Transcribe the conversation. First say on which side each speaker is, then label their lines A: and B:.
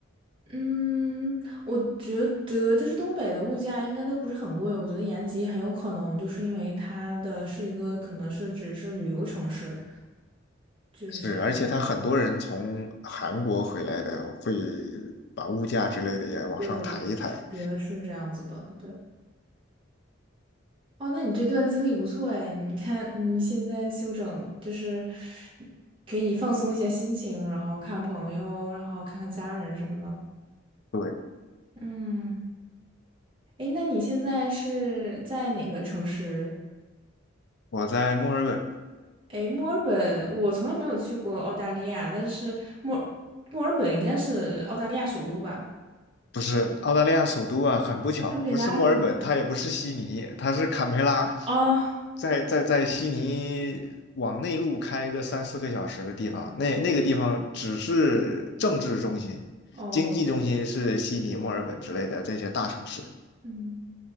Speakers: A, on the right; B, on the left.
A: 嗯，我觉得就是东北的物价应该都不是很贵。我觉得延吉很有可能就是因为它的是一个可能是只是旅游城市，就是可能
B: 是，而且他很多人从韩国回来的，会把物价之类的也往上抬一抬。
A: 对，我觉得是这样子的，对。哦，那你这段经历不错哎，你看你现在休整，就是可以放松一下心情，然后看朋友，然后看看家人什么的。
B: 对，
A: 嗯，哎，那你现在是在哪个城市？
B: 我在墨尔本。
A: 哎，墨尔本，我从来没有去过澳大利亚，但是墨墨尔本应该是澳大利亚首都吧？
B: 不是澳大利亚首都啊，很不巧，
A: 堪培拉是吗？
B: 不是墨尔本，它也不是悉尼，它是坎培拉，
A: 哦
B: 在在在悉尼往内陆开个三四个小时的地方，那那个地方只是政治中心，
A: 哦，
B: 经济中心是悉尼、墨尔本之类的这些大城市。
A: 嗯，